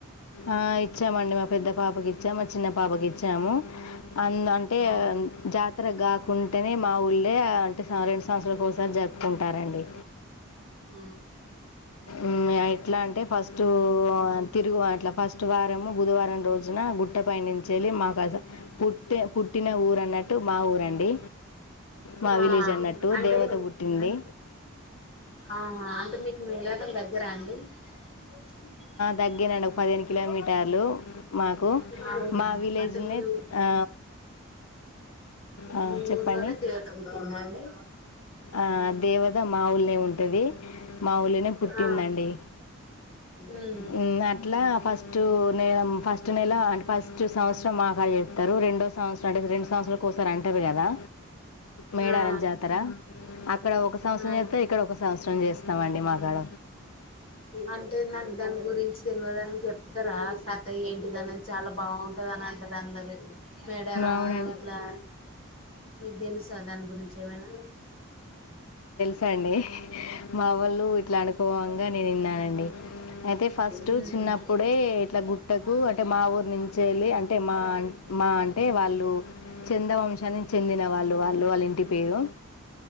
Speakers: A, on the left; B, on the left.
A: ఆ ఇచ్చామండి మా పెద్ద పాపకి ఇచ్చాము, మా చిన్న పాపకి ఇచ్చాము, అందు అంటే
B: అవును
A: జా తారక్ కాకుంటేనే మా ఊళ్ళే అంటే సంవ రెండు సంవత్సరాల కొక్కసారి జరుపుకుంటారండి.
B: మ్
A: ఉమ్, ఎట్లా అంటే ఫస్ట్ తిరుగు అంట్ల ఫస్ట్ వారము బుధవారం రోజున గుట్ట పయనించెళ్ళి మాకాడ పుట్టే పుట్టిన ఊరు అన్నట్టు మా ఊరండి. మా
B: ఆ
A: విలేజ్ అన్నట్టు
B: అంటే
A: దేవత పుట్టింది
B: ఆహా అంటే మీకు మేడా <inaudible> <unintelligible>
A: తగ్గినండి ఒక పదిహేను కిలోమీటర్లు మాకు
B: అవునా
A: మా విలేజ్
B: అంటే
A: నీ
B: మీ ఊ
A: అ అ
B: మీ
A: చెప్పండి
B: ఊర్లోనే దేవత పుట్టిందా అండి
A: ఆ దేవ మాఊలు ఉం ది మాఊళనే పుట్ పట్టిందండి
B: ఆ ఉమ్
A: హ్మ్ అట్లా ఫస్ట్ నే ఫస్ట్ నెల అం ఫస్ట్ <unintelligible> సంవత్సం మా కాడె చేస్తారు రెండో సంవత్సరం స్టార్ట్ అయింది రెండు సంవత్సరాల్ ఒకోసారి అంటారు కదా మేడారంజాతర
B: ఆ
A: అక ఇక్కడ ఒక సంవత్సరం
B: ఆ
A: చేస్తే ఇక్కడ ఒక సంవత్సరం చేస్తామ్ అండి మా కాడ
B: అంటే నాకు దాని గురించి తెల్వదు నువ్ చెప్తారా కథ ఏంటిద అనేది చాలా బాగుంటది అని అంటారు <unintelligible> అందరి మేడారం
A: అవునండి
B: ఇట్లా మీకు తెలుసా దాని గురించి ఏమైనా
A: సండి మా వాళ్ళ ఇట్లా అనుకోవంగా నేను విన్నానండి అయితే ఫస్ట్
B: ఉమ్
A: చిన్నప్పుడే ఇట్లా గుట్టకు అంటే మా ఊరు నుంచి వెళ్ళి అంటే మా మా అంటే వాళ్ళు చెంద వంశానికి చెందిన వాళ్ళు వాళ్ళు వాళ్లు ఇంటి పేరు